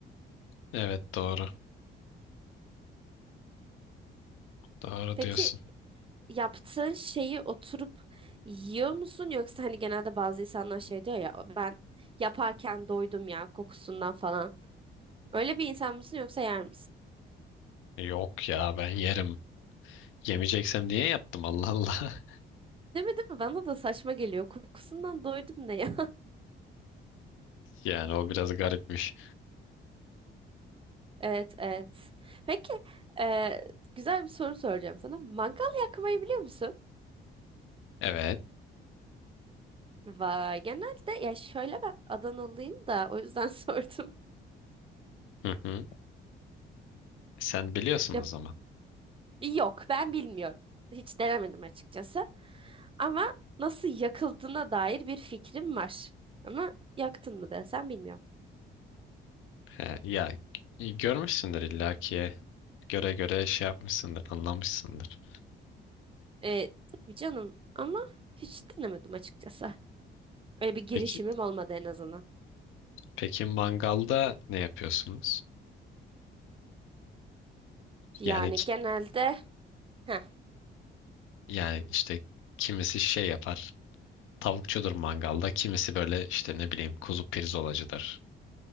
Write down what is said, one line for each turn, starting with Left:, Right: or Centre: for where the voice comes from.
Left: Evet doğru. Doğru
Right: Peki
Left: diyorsun.
Right: yaptığın şeyi oturup yiyor musun? Yoksa hani genelde bazı insanlar şey diyor ya ben yaparken doydum ya kokusundan falan. Öyle bir insan mısın yoksa yer misin?
Left: Yok ya ben yerim. Yemeyeceksem niye yaptım Allah Allah. <laughs>
Right: Değil mi değil mi? Bana da saçma geliyor. Kokusundan doydum ne ya? <laughs>
Left: Yani o biraz garipmiş.
Right: Evet evet. Peki e, güzel bir soru soracağım sana. Mangal yakmayı biliyor musun?
Left: Evet.
Right: Vay genelde ya şöyle ben Adanalıyım da o yüzden <laughs> sordum.
Left: Hı hı. Sen biliyorsun
Right: Ya
Left: o zaman.
Right: Yok, ben bilmiyorum. Hiç denemedim açıkçası. Ama nasıl yakıldığına dair bir fikrim var. Ama yaktın mı desem bilmiyorum.
Left: He, ya e, görmüşsündür illaki. Göre göre şey yapmışsındır, anlamışsındır.
Right: Ee, tabii canım ama hiç denemedim açıkçası. Öyle bir girişimim
Left: Peki
Right: olmadı en azından.
Left: peki mangalda ne yapıyorsunuz?
Right: Yani
Left: Yani ki-
Right: genelde heh,
Left: yani işte kimisi şey yapar. Tavukçudur mangalda. Kimisi böyle işte ne bileyim kuzu pirzolacıdır